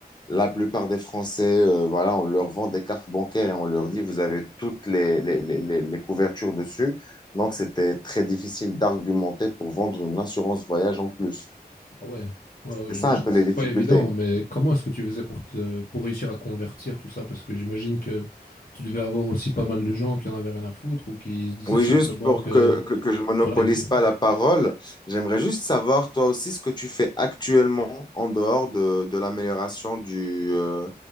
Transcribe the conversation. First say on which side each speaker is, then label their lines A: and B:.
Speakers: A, on the left; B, on the left.
A: la plupart des Français, euh, voilà, on leur vend des cartes bancaires, et on leur dit vous avez toutes les, les, les, les- les couvertures dessus. Donc, c'était très difficile d'argumenter pour vendre une assurance voyage en plus.
B: Ah ouais, ouais, ouais,
A: C'est
B: j'imagine
A: ça un peu
B: que c'est
A: les difficultés.
B: pas évident, mais comment est-ce que tu faisais pour te, pour réussir à convertir tout ça? Parce que j'imagine que tu devais avoir aussi pas mal de gens qui en avaient rien à foutre ou qui se disaient
A: Oui,
B: simplement
A: juste pour
B: que
A: que, que, que je monopolise
B: Voilà, il voulait.
A: pas la parole, j'aimerais juste savoir toi aussi ce que tu fais actuellement en dehors de, de l'amélioration du, euh,